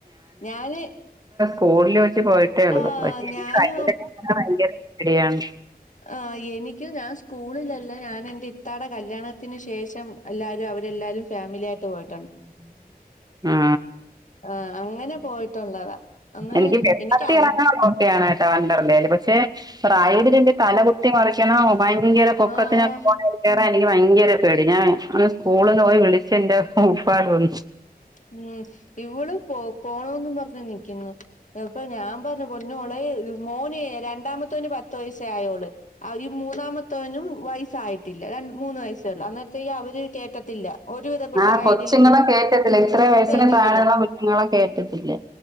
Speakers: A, on the left; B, on the right.
A: ഞാന്
B: സ്കൂളിൽ വെ ച്ച് പോയിട്ടേള്ളൂ
A: ആഹ്
B: പക്ഷെ എനിക്ക്
A: ഞാന്
B: <inaudible> ഭയങ്കര പേടിയാണ്
A: ആ എനിക്ക് ഞാൻ സ്കൂളിലല്ല ഞാൻ എന്റെ ഇത്താട കല്യാണത്തിനന് ശേഷം എല്ലാരും അവര് എല്ലാരും ഫാമിലി ആയിട്ട് പോയി
B: ആ
A: ആഹ് അങ്ങനെ പോയിട്ടുള്ളതാ അന്ന്
B: എനിക്ക് വെള്ളത്തി
A: അ
B: ഇറങ്ങ്ണം ഓക്കെ ആണ് ഏട്ടോ വണ്ടർലേല് പക്ഷെ പ്രായവലിന്റെ തല കുത്തി മറിക്കണം ഭയങ്കര പൊക്കത്തിനൊക്കെ
A: ആഹ്
B: പോണേല് കേറാൻ എനിക്ക് ഭയങ്കര പേടി ഞാൻ അന്ന് സ്കൂളിൽന്ന് പോയി വിളിച്ചന്റെ പ്പാടൂരി
A: ഉം ഇവള് പോ പോണോംന്ന് പറഞ്ഞ് നിയ്ക്ക്ന്നു അപ്പൊ ഞാൻ പറഞ്ഞ പൊന്നുമോളെ ഇ മോന് രണ്ട് രണ്ടാമത്തോന് പത്ത് വയസ്സേ ആയൊള്ള് ഈ മൂന്നാമത്തോനും വ യസ് ആയിട്ടില്ല രണ്ട് മൂന്ന് വയസേ ഒള്ളൂ അന്നെരത്തേക്ക് അവര് കേറ്റത്തില്ല ഒരുവിധപ്പെട്ട
B: ആഹ്
A: റൈഡിലൊന്നും
B: കൊച്ചുങ്ങളെ കേറ്റത്തില്ല എത്ര വയസിന്
A: കേറ്റത്തില്ല
B: താഴെയ്ള്ള കുഞ്ഞ്ങ്ങളെ കേറ്റത്തില്ല